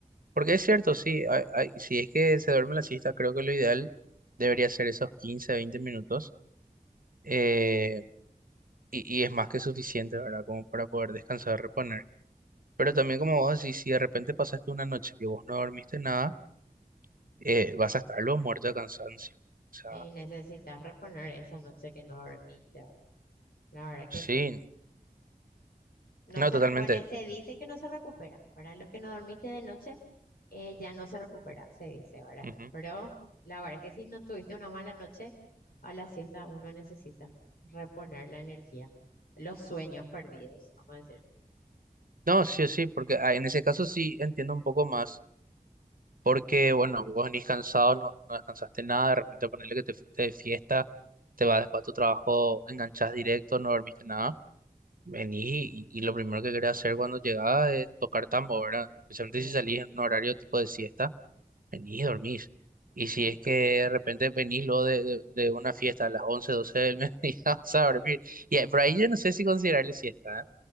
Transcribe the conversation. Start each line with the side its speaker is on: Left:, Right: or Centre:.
Right: porque es cierto, sí, hay- hay- si es que se duerme la siesta, creo que lo ideal debería ser esos 15, 20 minutos, eh, y, y es más que suficiente, ¿verdad? Como para poder descansar, reponer. Pero también como vos decís, si de repente pasaste una noche que vos no dormiste nada, eh, vas a estar luego muerto de cansancio. O sea,
Left: Y necesitas reponer esa noche que no dormiste, ¿verdad? La verdad que
Right: sí,
Left: sí. No
Right: no,
Left: se
Right: totalmente.
Left: repone,
Right: te-
Left: se
Right: te-
Left: dice que no se recupera, ¿verdad? Lo que no dormiste de noche eh, ya no se recupera, se dice, ¿verdad?
Right: ujú.
Left: Pero la verdad que si no tuviste una mala noche, a la siesta uno necesita reponer la energía, los sueños perdidos, vamos a decir.
Right: No, sí, sí, porque ah, en ese caso sí entiendo un poco más, porque bueno, vos venís cansado, no, no descansaste nada, de repente ponerle que te fuiste de fiesta, te vas después a tu trabajo, enganchás directo, no dormiste nada. Vení y, y lo primero que quería hacer cuando llegaba es tocar tambo, ¿verdad? Especialmente
Left: Sí,
Right: si salís en un horario tipo de siesta, venís y dormís. Y
Left: sí.
Right: si es que de repente venís luego de, de- de una fiesta a las 11 12 del mediodía, <laughs> vas a dormir. Y ahí- por ahí yo no sé si considerarle siesta, ¿eh?